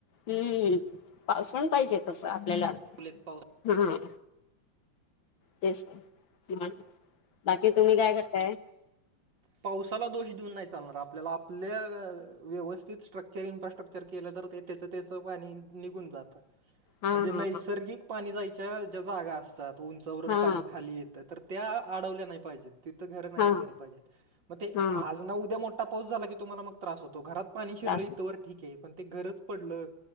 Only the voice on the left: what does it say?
हम्म, पाऊसपण पाहिजे तसा आपल्याला.
हम्म, तेच ते हम्म. बाकी तुम्ही काय करताय?
हा
हा
हा
हा
हा
हा
त्रास